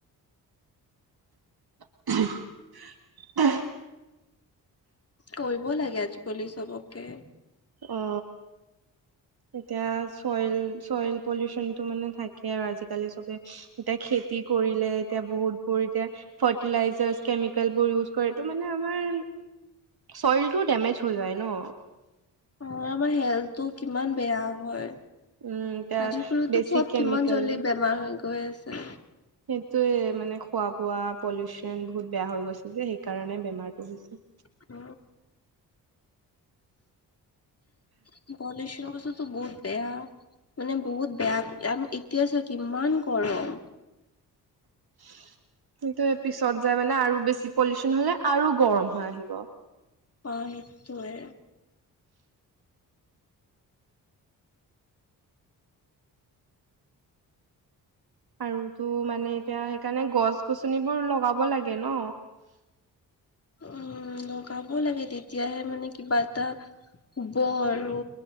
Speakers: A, on the right; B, on the left.
A: <unintelligible>
B: কৰিব লাগে আজিকালি চবকে
A: অ। এতিয়া চইল চইল পলিউচনতটো মানে থাকে আৰু আজিকালি চবে এতিয়া খেতি কৰিলে এতিয়া বহুত বোৰ এতিয়া ফাৰ্টিলাইজাৰছ কেমিকেল বোৰ ইউজ কৰে তটো মানে আমাৰ চইলটোও দেমেজ হৈ যায় ন?
B: অ আমাৰ হেল্থটো কিমান বেয়া হয়।
A: উম এতিয়া
B: আজিকালিতো
A: বেছি
B: চব
A: কেমিকেল
B: কিমান জল্দি বেমাৰ হৈ গৈ আছে।
A: সেইটোৱে মানে খোৱা বোৱা পলিউচন বহুত বেয়া হৈ গৈছে যে সেইকাৰণে বেমাৰটো হৈছে।
B: <inaudible> উম পলিউচন <unintelligible> বহুত বেয়া মানে বহুত বেয়া। আম এতিয়া চ কিমান গৰম।
A: <unintelligible> সেইটো পিছত যাই মানে আৰু বেছি পলিউচন হলে আৰু গৰম হৈ আহিব।
B: অ সেইটোৱে।
A: আৰুতো মানে এতিয়া সেইকাৰণে গছ গছনিবোৰ লগাব লাগে ন।
B: উম লগাব লাগে তেতিয়াহে মানে কিবা এটা শুব আৰু।